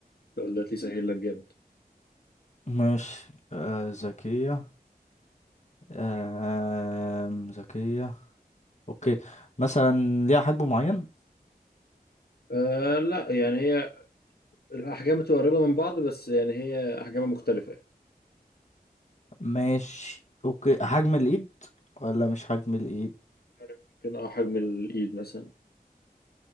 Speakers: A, on the left; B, on the left.
A: السؤال ده هيسهل لك جامد
B: ماشي آه، ذكية آه، ذكية اوكي مثلا ليها حجم معين
A: آه لا يعني هي الأحجام بتبقى قريبة من بعض بس يعني هي أحجامها مختلفة يعني
B: ماشي اوكي حجم الايد ولا مش حجم الايد
A: عارف، ممكن اه حجم الإيد مثلا